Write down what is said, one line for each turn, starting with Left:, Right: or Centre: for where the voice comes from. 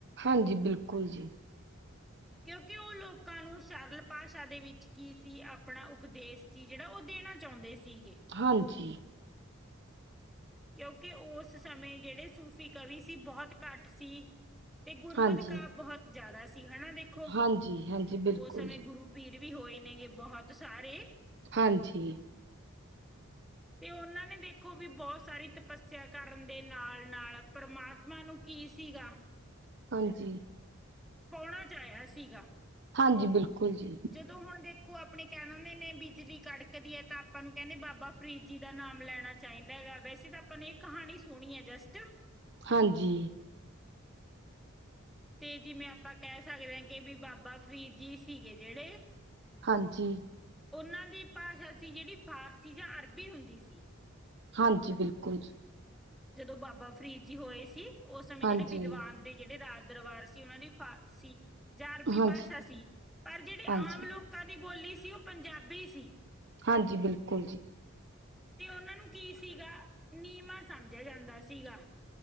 Right: ਹਾਂਜੀ ਬਿਲਕੁਲ ਜੀ।
Centre: ਕਿਉਂਕਿ ਉਹ ਲੋਕਾਂ ਨੂੰ ਸਰਲ ਭਾਸ਼ਾ ਦੇ ਵਿੱਚ ਕੀ ਸੀ ਆਪਣਾ ਉਪਦੇਸ਼ ਸੀ ਜਿਹੜਾ ਉਹ ਦੇਣਾ ਚਾਹੁੰਦੇ ਸੀਗੇ।
Right: ਹਾਂਜੀ
Centre: ਕਿਉਂਕਿ ਉਸ ਸਮੇਂ ਜਿਹੜੇ ਸੂਫ਼ੀ ਕਵੀ ਸੀ ਬਹੁਤ ਘੱਟ ਸੀ। ਤੇ ਗੁਰਮਤ
Right: ਹਾਂਜੀ
Centre: ਕਾਵਿ ਬਹੁਤ ਜ਼ਿਆਦਾ ਸੀ ਹੈ ਨਾ ਦੇ ਖੋ
Right: ਹਾਂਜੀ ਹਾਂਜੀ ਬਿਲਕੁਲ
Centre: ਉਸ ਸਮੇਂ
Right: ਜੀ
Centre: ਗੁਰੂ ਪੀਰ ਵੀ ਹੋਏ ਨੇਗੇ ਬਹੁਤ ਸਾਰੇ
Right: ਹਾਂਜੀ
Centre: ਤੇ ਉਹਨਾਂ ਨੇ ਦੇਖੋ ਵੀ ਬਹੁਤ ਸਾਰੀ ਤਪੱਸਿਆ ਕਰਨ ਦੇ ਨਾਲ ਨਾਲ ਪ੍ਰਮਾਤਮਾ ਨੂੰ ਕੀ ਸੀਗਾ।
Right: ਹਾਂਜੀ
Centre: ਪਾਉਣਾ ਚਾਹਿਆ ਸੀਗਾ।
Right: ਹਾਂਜੀ ਬਿਲਕੁਲ ਜੀ।
Centre: ਜਦੋਂ ਹੁਣ ਦੇਖੋ ਆਪਣੇ ਕਹਿ ਦਿੰਦੇ ਨੇ ਬਿਜਲੀ ਕੜਕਦੀ ਹੈ ਤਾਂ ਆਪਾਂ ਨੂੰ ਕਹਿੰਦੇ ਬਾਬਾ ਫਰੀਦ ਜੀ ਦਾ ਨਾਮ ਲੈਣਾ ਚਾਹੀਦਾ ਹੈਗਾ ਵੈਸੇ ਤਾਂ ਆਪਾਂ ਨੇ ਇੱਕ ਕਹਾਣੀ ਸੁਣੀ ਹੈ ਜਸਟ
Right: ਹਾਂਜੀ
Centre: ਤੇ ਜਿਵੇਂ ਆਪਾਂ ਕਹਿ ਸਕਦੇ ਹਾਂ ਕਿ ਵੀ ਬਾਬਾ ਫਰੀਦ ਜੀ ਸੀਗੇ ਜਿਹੜੇ
Right: ਹਾਂਜੀ
Centre: ਉਹਨਾਂ ਦੀ ਭਾਸ਼ਾ ਸੀ ਜਿਹੜੀ ਫ਼ਾਰਸੀ ਜਾਂ ਅਰਬੀ ਹੁੰਦੀ ਸੀ।
Right: ਹਾਂਜੀ ਬਿਲਕੁਲ ਜੀ।
Centre: ਜਦੋਂ ਬਾਬਾ ਫਰੀਦ ਜੀ ਹੋਏ ਸੀ ਉਸ ਸਮੇਂ
Right: ਹਾਂਜੀ
Centre: ਜਿਹੜੇ ਵਿਦਵਾਨ ਤੇ ਜਿਹੜੇ ਰਾਜ ਦਰਬਾਰ ਸੀ ਉਹਨਾਂ ਦੀ ਫਾਰਸੀ। ਜਾਂ ਅਰਬੀ
Right: ਹਾਂਜੀ
Centre: ਭਾਸ਼ਾ ਸੀ ਪਰ ਜਿਹੜੀ
Right: ਹਾਂਜੀ
Centre: ਆਮ ਲੋਕਾਂ ਦੀ ਬੋਲੀ ਸੀ ਉਹ ਪੰਜਾਬੀ ਸੀ।
Right: ਹਾਂਜੀ, ਬਿਲਕੁਲ ਜੀ।
Centre: ਤੇ ਉਹਨਾਂ ਨੂੰ ਕੀ ਸੀਗਾ ਨੀਵਾਂ ਸਮਝਿਆ ਜਾਂਦਾ ਸੀਗਾ।